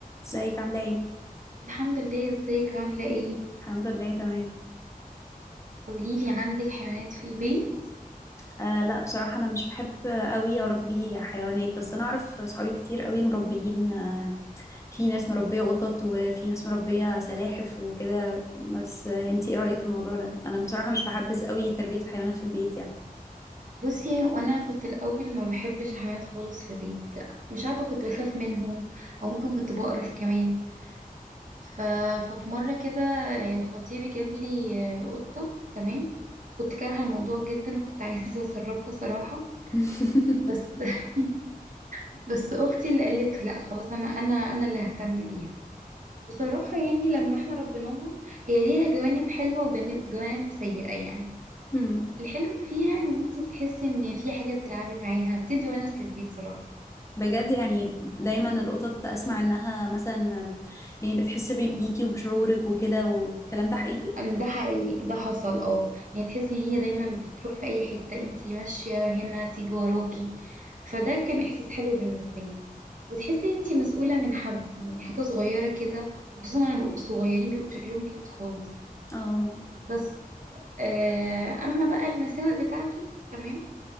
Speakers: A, on the left (about 20°); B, on the right (about 60°).
A: ازيك عامله ايه
B: الحمد لله ازيك عاملة ايه
A: الحمد لله تمام
B: قوليلي عندك حيوانات في البيت
A: آه لا بصراحه انا مش بحب قوي اربي حيوانات بس انا اعرف صحابي كتير قوي مربيين آه في ناس مربيه قطط وفي ناس مربيه سلاحف وكده بس آه انتي ايه رايك في الموضوع ده انا بصراحه مش بحبذ قوي تربيه الحيوانات في البيت يعني
B: بصي وانا كنت الاول ما بحبش الحيوانات خالص في البيت مش عارفة كنت بخاف منهم او ممكن كنت بقرف كمان ف... ففي مرة كده آه، خطيبي جاب لي آه، قطة تمام كنت كارهة الموضوع جدا وكنت <laughs> عايزة اسربها صراحة
A: <laughs>
B: بس <laughs> بس اختي اللي قالت لا خلاص انا انا انا اللي ههتم بيها وصراحة يعني لما احنا ربيناها هي ليها جوانب حلوة وجوانب جوانب سيئة يعني
A: مم.
B: الحلو فيها ان انتي بتحسي ان في حاجة بتلعبي معاها بتدي ونس للبيت صراحة
A: بجد يعني دايما القطط اسمع انها مثلا يعني بتحس بي- بيكي وبشعورك وكده والكلام ده حقيقي
B: وده حقيقي ده حصل اه يعني تحسي ان هي دايما بتروح في اي حتة انتي ماشية هنا تيجي وراكي فده كان احساس حلو بالنسبة لي وتحسي ان انتي مسؤولة من حد يعني حاجة صغيرة كده وخصوصا لما بيبقوا صغيرين بيبقوا شكلهم كيوت خالص
A: اه
B: بس آه اما بقى المساوئ بتاعته تمام